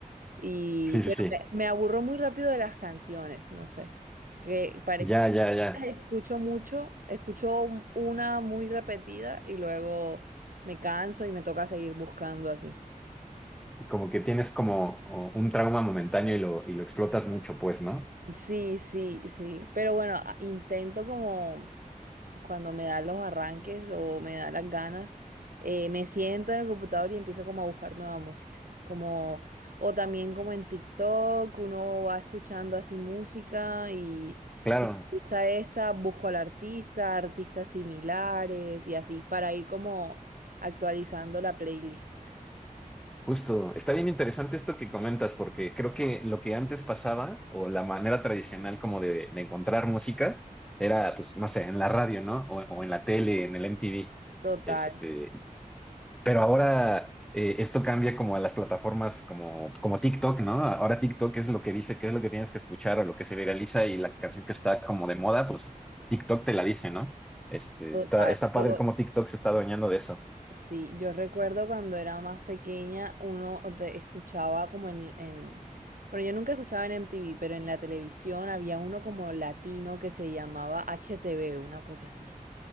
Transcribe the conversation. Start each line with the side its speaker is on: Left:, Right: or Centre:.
Right: y
Centre: Sí, sí,
Right: pero
Centre: sí.
Right: me, me aburro muy rápido de las canciones, no sé. Que para
Centre: Ya,
Right: ex-
Centre: ya, ya.
Right: escucho mucho, escucho un- una muy repetida y luego me canso y me toca seguir buscando así.
Centre: Como que tienes como o, un trauma momentáneo y lo, y lo explotas mucho, pues, ¿no?
Right: Sí, sí, sí, pero bueno, a- intento como cuando me da los arranques o me da las ganas, eh, me siento en el computador y empiezo como a buscar nueva música. Como, o también como en TikTok, uno va escuchando así música y
Centre: Claro,
Right: si me gusta esta, busco al artista, artistas similares y así, para ir como actualizando la playlist.
Centre: Justo, está bien interesante esto que comentas, porque creo que lo que antes pasaba, o la manera tradicional como de, de encontrar música, era, pues, no sé, en la radio, ¿no? O, o en la tele, en el MTV.
Right: Total,
Centre: Este, pero ahora eh, esto cambia como a las plataformas como, como TikTok, ¿no? Ahora TikTok es lo que dice, qué es lo que tienes que escuchar o lo que se viraliza y la canción que está como de moda, pues TikTok te la dice, ¿no? Este,
Right: total.
Centre: está, está padre
Right: Lo-
Centre: cómo TikTok se está adueñando de eso.
Right: Sí, yo recuerdo cuando era más pequeña, uno te escuchaba como en, en- Bueno, yo nunca escuchaba en MTV, pero en la televisión había uno como latino que se llamaba HTV, una cosa así.